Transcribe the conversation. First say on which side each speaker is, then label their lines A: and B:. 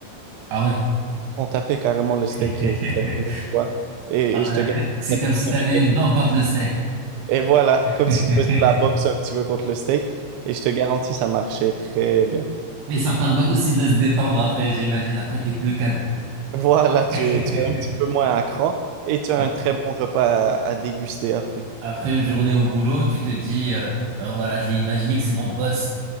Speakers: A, on the right; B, on the right.
A: Ah ouais.
B: On tapait carrément le steak
A: <laughs>
B: euh, juste avec nos poings. Et,
A: Ah,
B: et je te gagne,
A: Euh, que- C'est
B: ça
A: comme
B: fait très
A: si tu avais
B: bien.
A: une dent contre le steak.
B: Et voilà, comme
A: <laughs>
B: si tu faisais de la boxe un petit peu contre le steak. Et je te garantis, ça marchait très bien.
A: Mais ça permet aussi de se détendre après, j'imagine. Après, t'es plus calme.
B: Voilà, tu
A: <laughs>
B: es, tu es un petit peu moins à cran et tu as
A: Ap-
B: un très bon repas à, à déguster après.
A: Après une journée au boulot, tu te dis, euh, ben voilà, je vais imaginer que c'est mon boss